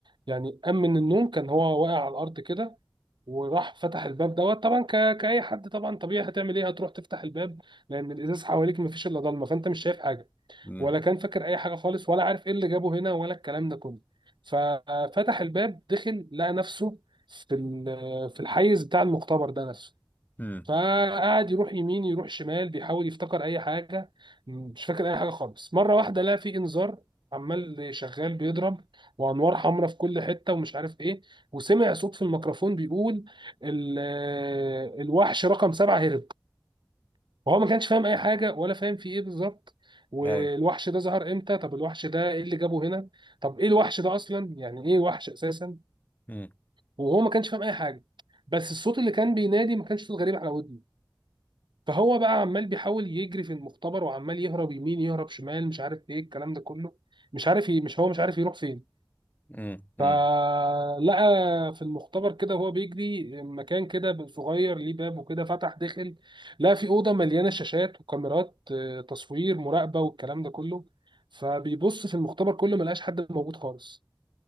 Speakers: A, on the right; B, on the left.
A: يعني قام من النوم كان هو واقع على الأرض كده وراح فتح الباب دوت طبعا ك... كأي حد طبعا طبيعي هتعمل إيه هتروح تفتح الباب لأن الإزاز حواليك مفيش إلا ضلمة فأنت مش شايف حاجة
B: امم
A: ولا كان فاكر اي حاجه خالص ولا عارف ايه اللي جابه هنا ولا الكلام ده كله ففتح الباب دخل لقى نفسه في ال- في الحيز بتاع المختبر ده نفسه
B: امم
A: فقعد يروح يمين يروح شمال بيحاول يفتكر اي حاجه مش فاكر اي حاجه خالص مره واحده لقى في انذار عمال شغال بيضرب وانوار حمراء في كل حته ومش عارف ايه وسمع صوت في الميكروفون بيقول ال- الوحش رقم سبعة هرب وهو ما كانش فاهم اي حاجه ولا فاهم في ايه بالظبط والوحش
B: ايوه
A: ده ظهر امتى طب الوحش ده ايه اللي جابه هنا طب ايه الوحش ده اصلا يعني ايه وحش اساسا
B: امم
A: وهو ما كانش فاهم اي حاجه بس الصوت اللي كان بينادي ما كانش صوت غريب على ودني فهو بقى عمال بيحاول يجري في المختبر وعمال يهرب يمين يهرب شمال مش عارف ايه الكلام ده كله مش عارف ي- مش هو مش عارف يروح فين
B: امم امم
A: فلقى في المختبر كده وهو بيجري مكان كده صغير ليه باب وكده فتح دخل لقى في أوضة مليانة شاشات وكاميرات آه، تصوير مراقبة والكلام ده كله فبيبص في المختبر كله ملقاش حد موجود خالص